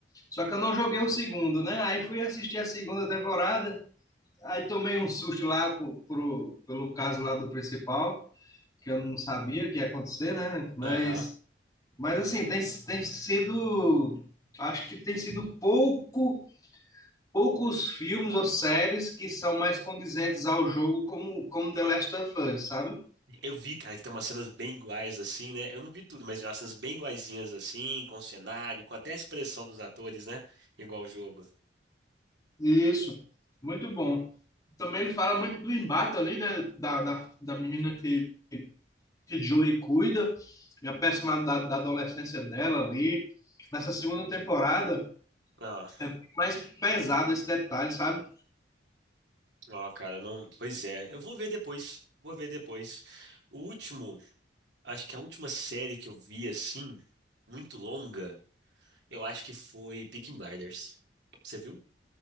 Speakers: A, on the left (about 20°); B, on the right (about 70°).
A: Só que eu não joguei o segundo, né? Aí fui assistir a segunda temporada. Aí tomei um susto lá por, por- pelo caso lá do principal, que eu não sabia o que ia acontecer, né? Mas,
B: aham.
A: mas assim, tem, tem sido. Acho que tem sido pouco. poucos filmes ou séries que são mais condizentes ao jogo, como, como The Last of Us, sabe?
B: Eu vi, cara, que tem umas cenas bem iguais assim, né? Eu não vi tudo, mas umas cenas bem iguaizinhas assim, com o cenário, com até a expressão dos atores, né? Igual o jogo.
A: Isso, muito bom. Também ele fala muito do embate ali, né? Da, da, da menina que, que Joey cuida, e a personalidade da adolescência dela ali. Nessa segunda temporada
B: Ah,
A: é mais pesado esse detalhe, sabe?
B: ó, cara, não. Pois é, eu vou ver depois. Vou ver depois. O último, acho que a última série que eu vi assim, muito longa. Eu acho que foi Peaky Blinders. Você viu?